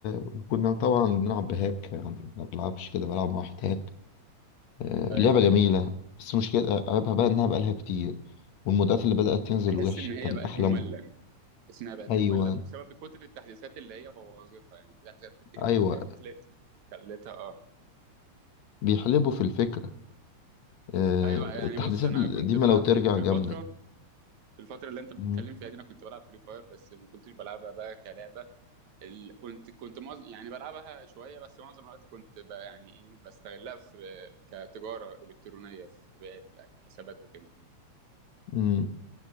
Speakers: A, on the left; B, on the right.
A: وكنا طبعا بنلعب بهاك يعني ما بلعبش كده بلعب مع واحد هاك آه،
B: ايوه
A: لعبة جميلة
B: ايوه
A: بس مشكلة عيبها بقى إنها بقالها كتير والمودات اللي بدأت تنزل
B: تحس
A: وحشة
B: ان هي
A: كان
B: بقت
A: أحلى
B: ممله تحس انها بقت
A: أيوة
B: ممله بسبب كتر التحديثات اللي هي بوظتها يعني في تحديثات كتير
A: أيوة
B: نزلت خلتها اه
A: بيحلبوا في الفكرة آه،
B: ايوه يعني
A: التحديثات
B: بص انا
A: القديمة
B: كنت بلعب
A: لو ترجع
B: في
A: جامدة
B: الفتره في الفتره اللي انت بتتكلم
A: مم.
B: فيها دي انا كنت بلعب فري فاير بس ما كنتش بلعبها بقى كلعبه ال... كنت كنت معظ... يعني بلعبها شويه بس معظم الوقت كنت ب... يعني ايه بستغلها في كتجاره الكترونيه في بيع ال- الحسابات وكده
A: مم.